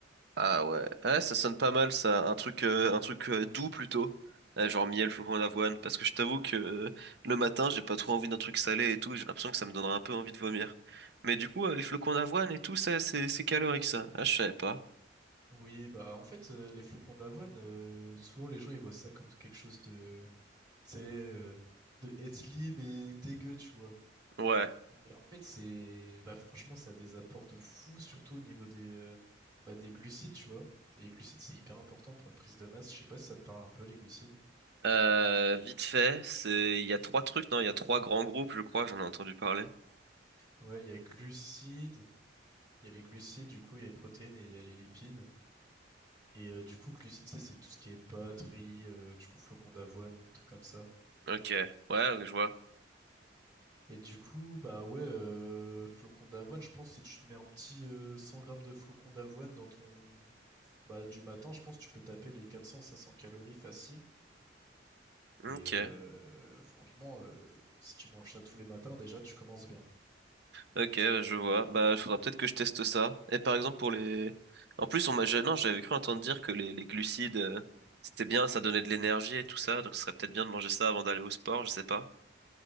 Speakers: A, on the right; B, on the right.
A: Ah ouais. Ah, ça sonne pas mal ça. Un truc, euh, un truc euh, doux plutôt. Euh, genre miel, flocons d'avoine. Parce que je t'avoue que euh, le matin, j'ai pas trop envie d'un truc salé et tout. J'ai l'impression que ça me donnera un peu envie de vomir. Mais du coup, euh, les flocons d'avoine et tout, ça, c'est c'est calorique ça. Ah, je savais pas.
B: Oui, bah en fait, euh, les flocons d'avoine, euh, souvent les gens ils voient ça comme quelque chose de, tu sais, euh, de healthy mais dégueu, tu vois.
A: Ouais.
B: Et en fait, c'est bah, franchement, ça a des apports de fou, surtout au niveau des, euh, bah, des glucides, tu vois. Les glucides, c'est hyper important pour une prise de masse. Je sais pas si ça te parle un peu, les glucides.
A: Euh, vite fait, c'est il y a trois trucs, non? Il y a trois grands groupes, je crois, j'en ai entendu parler.
B: Ouais, il y a glucides, il y a les glucides, du coup, il y a les protéines et il y a les lipides. Et euh, du coup, glucides, c'est c'est tout ce qui est pâtes, riz, euh, du coup, flocons d'avoine, trucs comme ça.
A: Ok. Ouais, ouais, je vois.
B: Et du coup, bah ouais, euh, flocons d'avoine, je pense que si tu te mets un petit euh, 100 grammes de flocons d'avoine dans ton... Bah, du matin, je pense que tu peux taper les quatre cents à cinq cents calories faciles.
A: Ok.
B: Et euh, franchement, euh, si tu manges ça tous les matins, déjà, tu commences bien.
A: Ok, bah, je vois. Bah, il faudra peut-être que je teste ça. Et par exemple, pour les... En plus, on m'a... je- Non, j'avais cru entendre dire que les, les glucides, euh, c'était bien, ça donnait de l'énergie et tout ça, donc ce serait peut-être bien de manger ça avant d'aller au sport, je sais pas.